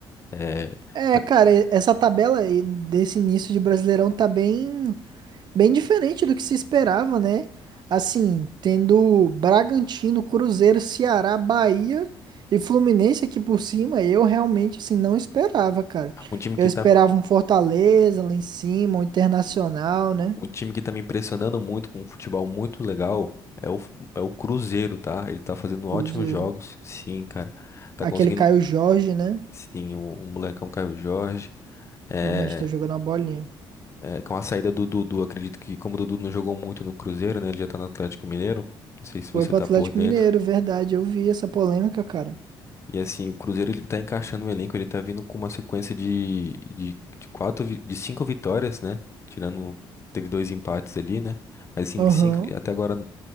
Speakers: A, on the left (about 30°); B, on the right (about 50°).
A: É,
B: É,
A: tá-
B: cara, e- essa tabela aí desse início de Brasileirão tá bem, Bem diferente do que se esperava, né? Assim, tendo Bragantino, Cruzeiro, Ceará, Bahia e Fluminense aqui por cima, eu realmente assim não esperava, cara.
A: um time
B: Eu
A: que
B: esperava
A: tá
B: um Fortaleza lá em cima, um Internacional, né?
A: Um time que tá me impressionando muito com um futebol muito legal é o, é o Cruzeiro, tá? Ele tá fazendo
B: Cruzeiro.
A: ótimos jogos, sim, cara. Tá
B: Aquele
A: conseguindo,
B: Caio Jorge, né?
A: sim, o, o molecão Caio Jorge. É,
B: Realmente tá jogando a bolinha.
A: é, com a saída do Dudu, acredito que como o Dudu não jogou muito no Cruzeiro, né? Ele já tá no Atlético Mineiro. Não sei se
B: Foi
A: você
B: pro
A: tá
B: Atlético
A: por dentro.
B: Mineiro, verdade. Eu vi essa polêmica, cara.
A: E assim, o Cruzeiro ele tá encaixando o elenco, ele tá vindo com uma sequência de, de, de quatro, vi- de cinco vitórias, né? Tirando, teve dois empates ali, né? Mas assim,
B: Aham.
A: cinco, até agora,